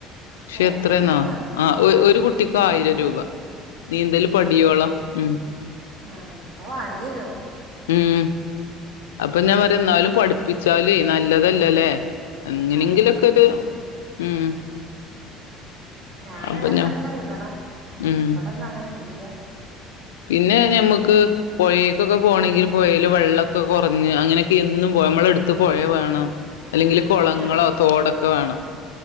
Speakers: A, on the left; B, on the right.
A: പക്ഷെ
B: ഏ
A: എത്രെന്നോ
B: ഇവിടെ ഒന്നും അങ്ങനത്തെ
A: ആ
B: ഒന്നും
A: ഒര് ഒരു കുട്ടി ആയിരം രൂപ നീന്തൽ പടിയോളാം ഉം
B: ആഹ് അത് വാണ്ടിരും
A: ഉം അപ്പൊ ഞാൻ പറയാ എന്നാലും പഠിപ്പിച്ചാലെയ് നല്ലതല്ലലേ അങ്ങനെങ്കിലൊക്കെ
B: അതെ അത്
A: ഒരു
B: ശരി
A: ഉം
B: ഞാന
A: അപ്പൊ
B: അങ്ങനെക്കണ്ടെങ്ങിൽ
A: ഞാൻ
B: വിടണം
A: ഉം
B: ഇവിടന്നും അങ്ങനെ ഇല്ല
A: പിന്നെ ഞമ്മുക്ക് പുഴക്കൊക്കെ പോണങ്കിൽ പുഴൽ വെള്ളമൊക്കെ കുറഞ്ഞ് അങ്ങനെയൊക്കെ എന്നും പോ നമ്മള എടുത്ത് പുഴ വേണം അല്ലെങ്കില് കൊളങ്ങളോ
B: ആ
A: തോടൊക്കെ വേണം,